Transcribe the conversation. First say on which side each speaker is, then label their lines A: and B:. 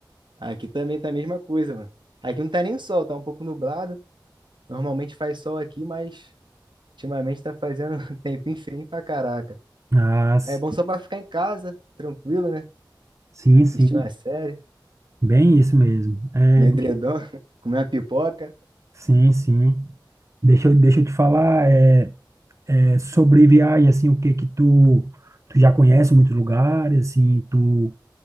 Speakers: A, on the right (about 75°); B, on the right (about 40°).
A: Aqui também tá a mesma coisa, mano. Aqui não tá nem sol, tá um pouco nublado. Normalmente faz sol aqui, mas ultimamente tá fazendo <laughs> tempo tempinho feio pra caraca.
B: Ah, s-
A: É bom só pra ficar em casa, tranquilo, né?
B: sim, sim,
A: Assistir uma série,
B: bem isso mesmo. É,
A: no edredom,
B: deixa-
A: <laughs> comer uma pipoca.
B: sim, sim. Deixa eu, deixa eu te falar, é, é sobre viagem, assim, o que que tu, tu já conhece muitos lugares, assim, tu